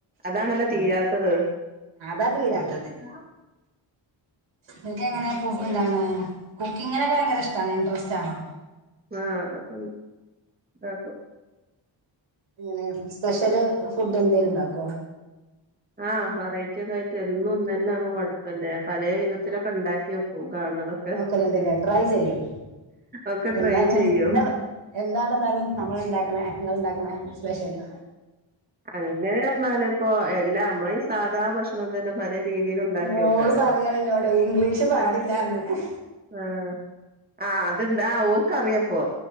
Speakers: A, on the right; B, on the right.
A: അതാണല്ലോ
B: ഉം
A: തീരാത്തത്
B: അതാ തീരാത്തത്
A: ആഹ
B: ങ്ങക്ക് എങ്ങനെ എന്താണ് കുക്കിങ്ങിനൊക്കെ ഭയങ്കര ഇഷ്ടാണ് ഇൻട്രസ്റ്റ് ആണോ
A: ഉം അതൊക്കെണ്ട്
B: ഇങ്ങനെ സ്പെഷ്യല് ഫുഡ് എന്തേങ്കലും ഉണ്ടാക്കോ
A: ആഹ് വറൈറ്റി ഒക്കെ ആയിട്ട് എന്നും ഒന്ന തന്നെ ആവുമ്പോ മടുപ്പല്ലേ പല വിധത്തിലൊക്കെ ഉണ്ടാക്കി വെക്കും കാണത
B: നോക്കലുണ്ടല്ലേ ട്രൈ ചെയ്യും
A: ഒക്കെ
B: എന്താണ്
A: ട്രൈ ചെയ്യും
B: എന്താ എന്താണെന്നാലും നമ്മൾ ഉണ്ടാക്കണേ നിങ്ങൾ ഉണ്ടാക്കണേ സ്പെഷ്യലി
A: അങ്ങനെ പറഞ്ഞാല ഇപ്പൊ എല്ലാം നമ്മള ഈ സാധാ ഭക്ഷണം തന്നെ പലേ രീതിൽ ഉണ്ടാക്കി
B: മോള്
A: നോക്കാലോ
B: പറയാണ് എന്നോട് ഇംഗ്ലീഷ് പാടില്ലാന്ന്
A: ആഹ ആഹ് ആഹ് അത്ണ്ട് ആ ഓക്ക അറിയപ്പോ